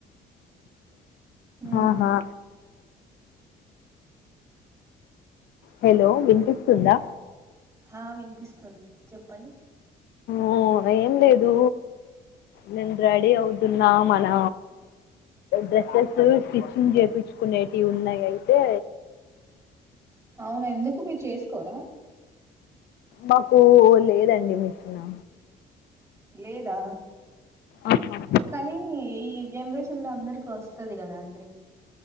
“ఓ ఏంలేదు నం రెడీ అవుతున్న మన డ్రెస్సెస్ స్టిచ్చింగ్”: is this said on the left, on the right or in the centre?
Left